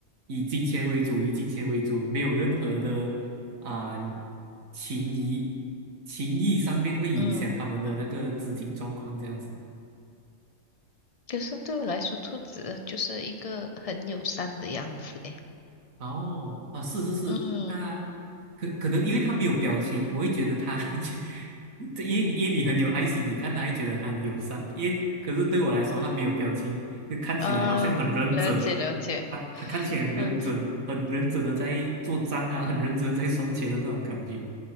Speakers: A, on the right (about 70°); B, on the left (about 45°).
A: 以金钱为主，以金钱为主，没有任何的。啊、情谊情谊上面会影响他们的那个资金状况这样子。
B: 嗯，可是对我来说，兔子就是一个很友善的样子。诶，
A: 哦，啊，是是是，
B: 嗯
A: 他可可能因为他没有表情，我会觉得他 <laughs> 这因为你因为你很有爱心，你看他会觉得他很友善，因为可是对我来说他没有表情，就看起来好像很认真。
B: 啊，了解了解。
A: 啊，他看起来很认真，
B: 嗯
A: 很认真的在做账啊，很认真的在算钱的那种感觉。